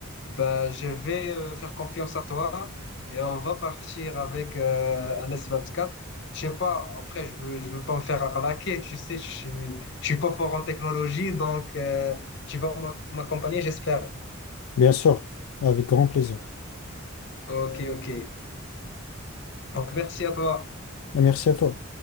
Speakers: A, on the left; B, on the left.
A: Ben, je vais euh, faire confiance à toi et on va partir avec euh, un S24. Je sais pas, après, je veux, je veux pas me faire arnaquer, tu sais, je suis, je suis pas fort en technologie, donc euh, tu vas m'ac- m'accompagner, j'espère.
B: bien sûr, avec grand plaisir.
A: Ok, ok. Donc, merci à toi.
B: Merci à toi.